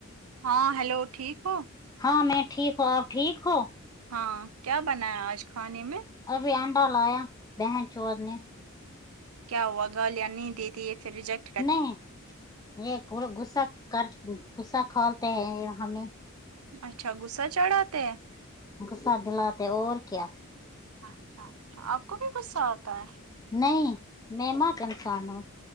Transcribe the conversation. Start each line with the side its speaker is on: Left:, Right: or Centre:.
Right: ہاں ہیلو ٹھیک ہو
Left: ہاں میں ٹھیک ہوں آپ ٹھیک ہو
Right: ہاں کیا بنایا آج کھانے میں
Left: ابھی انڈا لایا بہن چور نے
Right: کیا ہوا گا لیں نہیں دیتے یہ پھر رجکٹ
Left: نہیں یہ پورا غصہ کر غصہ کھولتے ہیں ہمیں
Right: اچھا غصہ چڑھاتے ہیں
Left: غصہ دلاتے ہے اور کیا
Right: اچھا اچھا آپ کو بھی غصہ آتا ہے
Left: نہیں میں کہاں انسان ہوں